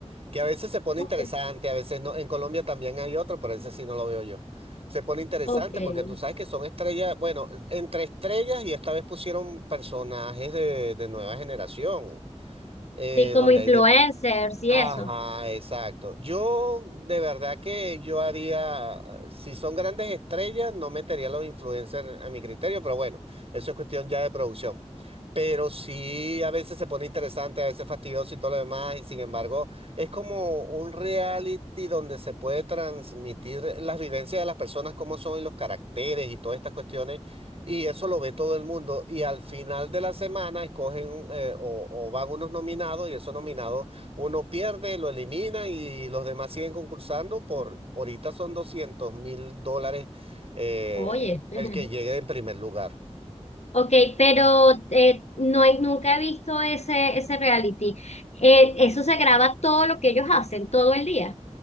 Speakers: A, on the right; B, on the left.
A: Que a veces se pone
B: ok,
A: interesante, a veces no. En Colombia también hay otro, pero ese sí no lo veo yo. Se pone interesante
B: ok.
A: porque tú sabes que son estrellas, bueno, entre estrellas y esta vez pusieron personajes de, de nueva generación, eh,
B: Sí, como
A: donde
B: influencers
A: hay de...
B: y
A: Ajá,
B: eso.
A: exacto. Yo de verdad que yo haría, si son grandes estrellas, no metería a los influencers a mi criterio, pero bueno, eso es cuestión ya de producción. Pero sí, a veces se pone interesante, a veces fastidioso y todo lo demás, y sin embargo, es como un reality donde se puede transmitir las vivencias de las personas, cómo son y los caracteres y todas estas cuestiones, y eso lo ve todo el mundo. Y al final de la semana escogen eh, o, o van unos nominados y esos nominados uno pierde, lo elimina y los demás siguen concursando por, ahorita son doscientos mil dólares eh,
B: Oye, <laughs>
A: el que llegue en primer lugar.
B: ok, pero eh, no he, nunca he visto ese, ese reality. Eh, eso se graba todo lo que ellos hacen todo el día